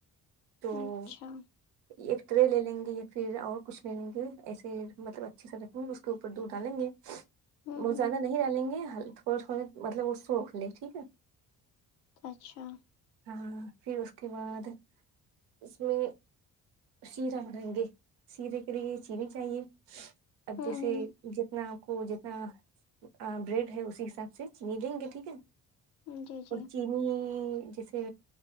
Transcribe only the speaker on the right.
تو
ایک ٹرے لے لیں گے یا پھر اور کچھ لے لیں گے ایسے مطلب اچھے سے رکھیں گے اس کے اوپر دودھ ڈالیں گے
وہ
زیادہ نہیں ڈالیں گے ہل تھوڑا تھوڑے مطلب وہ سوک لیں ٹھیک ہے
ہاں پھر اس کے بعد اس میں سیرم مہنگے شیرے کے لیے چینی چاہیے اب
جیسے جتنا آپ کو جتنا بریڈ ہے اسی حساب سے چینی لینگے ٹھیک ہے
اور
چینی جیسے